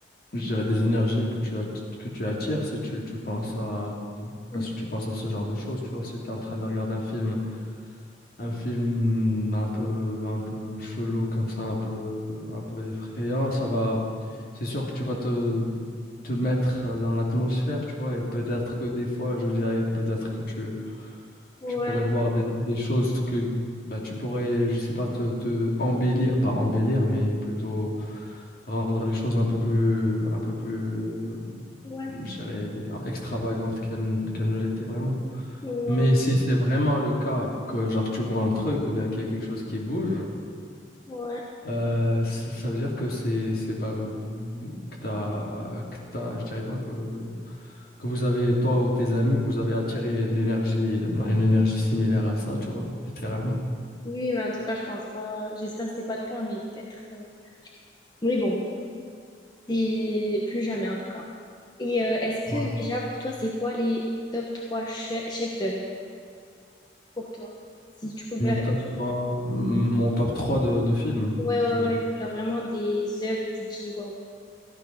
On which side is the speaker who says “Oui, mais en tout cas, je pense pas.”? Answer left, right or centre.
Left